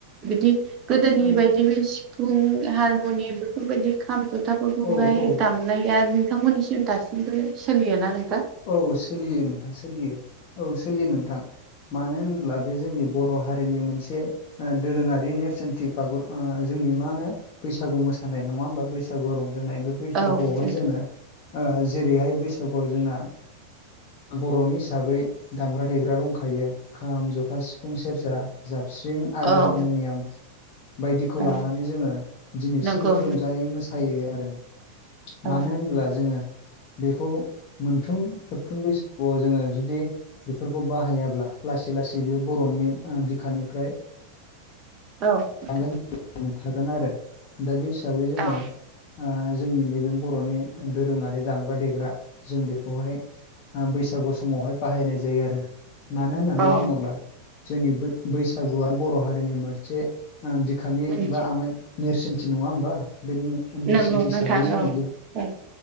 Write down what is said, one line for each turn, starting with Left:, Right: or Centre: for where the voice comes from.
Right: बिदि गोदोनि
Left: औ
Right: बायदि बे सिफुं हारमुनियाम बेफोरबायदि खाम जथाफोरखौहाय
Left: औ औ
Right: दामनाया नोंथांमोननिसिम दासिमबो सोलिय ना नों
Left: औ सोलियो नोंथां सोलियो औ सोलियो नोंथां मानो होन्ला बे जोंनि बर' हारिनि मोनसे दोरोङारि नेरसोनथि बागुर जोंनि मा होनो बैसागु मोसानाय नङा होमबा बैसागु रंजानाय बे बैसागुआवहाय
Right: औ नोंथां
Left: जोङो जेरैहाय बैसागुआव जोंना बर'नि हिसाबै दामग्रा देग्रा दंखायो खाम, जथा, सिफुं, सेरजा, जाबस्रिं आरो
Right: औ
Left: हारमुनियाम बायदिखौ
Right: औ
Left: लानानै जोङो दिनैसिमबो
Right: नंगौ
Left: रंजायै मो सायो आरो
Right: औ
Left: मानो होनब्ला जोङो बेखौ खेबफ्रोम खेबफ्रोम बैसागुआव जोङो जुदि बेफोरखौ बाहायाब्ला लासै लासै बेयो बर'नि ओ बिखानिफ्राय
Right: औ नोंथां
Left: <unintelligible> आरो दा बे हिसाबै जोङो
Right: औ
Left: ओ जोंनि नैबे बर'नि दोरोङारि दामग्रा देग्रा जों बेखौहाय ओ बैसागु समावहाय बाहायनाय जायो आरो। मानो होननानै
Right: औ
Left: बुङोब्ला जोंनि बै-बैसागुआ बर' हारिनि मोनसे ओ बिखानि
Right: मोनसे
Left: बा आमाय नेरसोनथि नङा होमबा बे नेरसेन्थि
Right: नंगौ नोंथां
Left: हिसाबै जोंनि
Right: औ
Left: बे
Right: औ